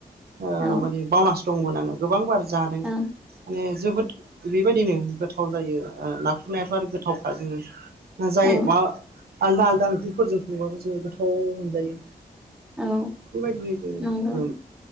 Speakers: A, on the right; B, in the centre.
A: ओ
B: औ
A: माने बावनासो दंमोन आङो गोबां बार जादों
B: औ
A: माने जोबोद बेबायदिनो गोथाव जायो। ओ नाथुरनायाथ' आरो गोथावखा जोङो जाय
B: औ
A: मा आलदा-आलदा ओंख्रिफोरजों संबाबो जोङो गोथाव मोनजायो।
B: औ
A: बेबायदिनो जोङो
B: नंगौ
A: ओ